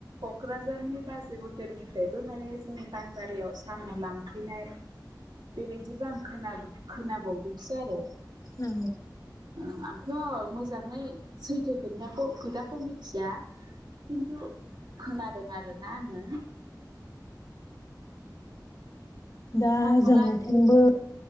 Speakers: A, on the right (about 85°); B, on the left (about 55°).
A: क'क्राझारनि बाजै हटेलनिफ्रायबो माने जोंनि पानबारियाव साम' लांफैनाय बेबायदिबो आं खोन खोनाबावदोंसो आरो
B: औ
A: औ आंथ' मोजाङै सैथो खोनथाखौ खोथाखौ मिथिया खिन्थु खोनादों आरो ना आङो
B: दा
A: साम'
B: जोंथिंबो
A: लादाय